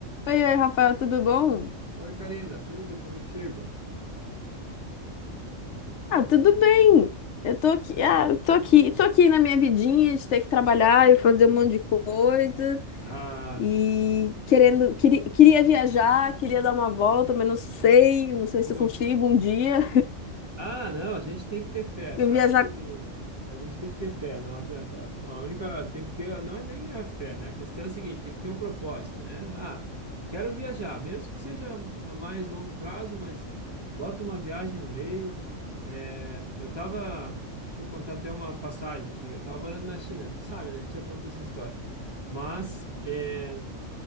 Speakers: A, on the left (about 65°); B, on the right (about 20°).
A: Oi, oi, Rafael, tudo bom?
B: Oi, Karina, tudo e contigo?
A: Ah, tudo bem. Eu tô aqui, ah, eu tô aqui, tô aqui na minha vidinha de ter que trabalhar e fazer um monte de coisa
B: Ah,
A: e querendo, queria, queria viajar, queria dar uma volta, mas não sei, não sei
B: poxa.
A: se eu consigo um dia
B: Ah, não, a gente tem que ter fé,
A: Eu
B: sabe?
A: viajar.
B: que A gente tem que ter fé, não adianta. A única tem que ter, não é nem a fé, né? A questão é a seguinte, tem que ter um propósito, né? Ah, quero viajar, mesmo que seja a mais longo prazo, mas bota uma viagem no meio. É, eu tava, deixa eu contar até uma passagem aqui. Eu tava morando na China, sabe, né? A gente já contou essa história. Mas, é,